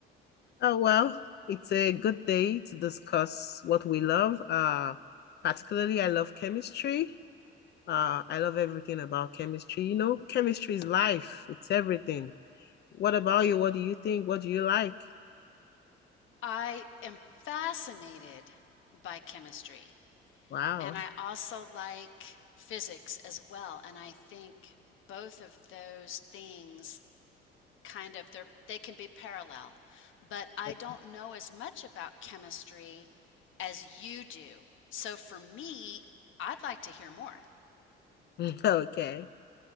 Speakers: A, on the left (about 55°); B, on the left (about 70°).
A: Oh, well, it's a good day to discuss what we love. Uh, particularly, I love chemistry. Uh, I love everything about chemistry. You know, chemistry is life, it's everything. What about you? What do you think? What do you like?
B: I am fascinated by chemistry,
A: Wow.
B: and I also like physics as well, and I think both of those things kind of they're they can be parallel but i
A: <laughs>
B: don't know as much about chemistry as you do so for me i'd like to hear more
A: Okay.